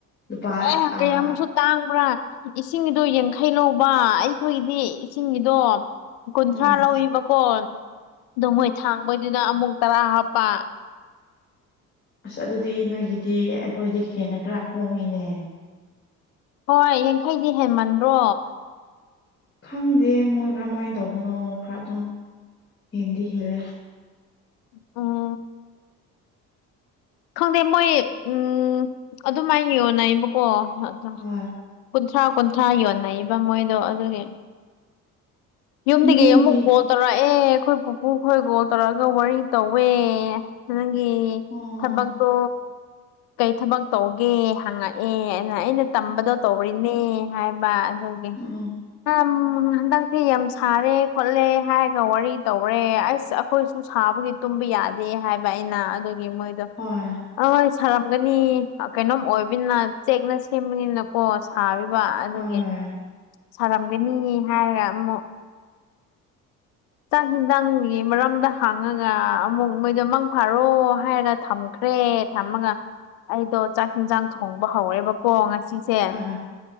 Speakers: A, on the left; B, on the left.
A: ꯂꯨꯄꯥ
B: ꯑꯦ
A: ꯑꯥ
B: ꯀꯩ ꯑꯃꯨ ꯁ ꯇꯥꯡꯕ꯭ꯔꯥ ꯏꯁꯤꯡꯗꯣ ꯌꯦꯡꯈꯩ ꯂꯧꯕ ꯑꯩꯈꯣꯏꯒꯤꯗꯤ ꯏꯁꯤꯡꯒꯤꯗꯣ ꯀꯨꯟꯊ꯭ꯔꯥ
A: ꯎꯝ
B: ꯂꯧꯋꯕꯀꯣ ꯑꯣ ꯃꯣꯏ ꯊꯥꯡꯕꯩꯗꯨꯅ ꯑꯃꯨꯛ ꯇꯔꯥ ꯍꯥꯞꯄ
A: ꯑꯁ ꯑꯗꯨꯗꯤ ꯅꯣꯏꯒꯤꯗꯤ ꯑꯩꯈꯣꯏꯗꯤ ꯍꯦꯟꯅ ꯈꯔ ꯍꯣꯡꯉꯤꯅꯦ꯫
B: ꯍꯣꯏ ꯌꯥꯡꯈꯩꯗꯤ ꯍꯦꯟꯃꯟꯗ꯭ꯔꯣ
A: ꯈꯪꯗꯦ ꯃꯣꯏ ꯀꯔꯝꯃꯥꯏꯅ ꯇꯧꯕꯅꯣ ꯈꯔ ꯑꯗꯨꯝ ꯍꯦꯟꯗꯤ ꯍꯦꯜꯂꯦ꯫
B: ꯑꯣ ꯈꯪꯗꯦ ꯃꯣꯏ ꯎꯝ ꯑꯗꯨꯃꯥꯏꯅ ꯌꯣꯟꯅꯩꯕꯀꯣ ꯑꯗ
A: ꯍꯣꯏ
B: ꯀꯨꯟꯊ꯭ꯔꯥ ꯀꯨꯟꯊ꯭ꯔꯥ ꯌꯣꯟꯅꯩꯑꯕ ꯃꯣꯏꯗꯣ ꯑꯗꯨꯒꯤ ꯌꯨꯝꯗꯤꯗꯒꯤꯩ
A: ꯅꯣꯏꯒꯤ
B: ꯑꯃꯨꯛ ꯀꯣꯜ ꯇꯧꯔꯛꯑꯦ ꯑꯩꯈꯣꯏ ꯄꯨꯄꯨ ꯈꯣꯏ ꯀꯣꯜ ꯇꯧꯔꯛꯑꯒ ꯋꯥꯔꯤ ꯇꯧꯋꯦ꯫ ꯅꯪꯒꯤ
A: ꯑꯣ
B: ꯊꯕꯛꯇꯣ ꯀꯩ ꯊꯕꯛ ꯇꯧꯒꯦ ꯍꯪꯉꯛ ꯑꯦ ꯑꯗꯨ ꯑꯩꯅ ꯇꯝꯕꯗꯣ
A: ꯎꯝ
B: ꯇꯧꯔꯤꯅꯦ ꯍꯥꯏꯕ ꯑꯗꯨꯒꯤ
A: ꯎꯝ
B: ꯎꯝ ꯍꯟꯗꯥꯛ ꯁꯤ ꯌꯥꯝ ꯁꯥꯔꯦ ꯈꯣꯠꯂꯦ ꯍꯥꯏꯔꯒ ꯋꯥꯔꯤ ꯇꯧꯔꯦ ꯑꯁ ꯑꯩꯈꯣꯏꯁꯨ ꯁꯥꯕꯒꯤ ꯇꯨꯝꯕ ꯌꯥꯗꯦ ꯍꯥꯏꯕ ꯑꯩꯅ ꯑꯗꯨꯒꯤ ꯃꯣꯏꯗꯣ
A: ꯍꯣꯏ
B: ꯑꯣꯏ ꯁꯥꯔꯝꯒꯅꯤ ꯀꯩꯅꯣꯝ ꯑꯣꯏꯕꯅꯤꯅ ꯆꯦꯛꯅ ꯁꯦꯝꯕꯅꯤꯅꯀꯣ ꯁꯥ ꯑꯗꯨꯒꯤ
A: ꯍꯣꯏ
B: ꯁꯥꯔꯝꯒꯅꯤ ꯍꯥꯏꯔꯒ ꯑꯃꯨꯛ ꯆꯛ ꯆꯥꯛ ꯍꯤꯟꯖꯥꯡꯒꯤ ꯃꯔꯝꯗ ꯍꯥꯡꯉꯒ ꯑꯃꯨꯛ ꯃꯣꯏꯗꯣ ꯃꯪ ꯐꯥꯔꯣ ꯍꯥꯏꯔꯒ ꯊꯝꯈ꯭ꯔꯦ꯫ ꯐꯦ ꯊꯝꯃꯒ ꯑꯩꯗꯣ ꯆꯥꯛ ꯌꯦꯟꯖꯥꯡ ꯊꯣꯡꯕ ꯍꯧꯔꯦꯕ ꯀꯣ ꯉꯁꯤꯁꯦ
A: ꯍꯣꯏ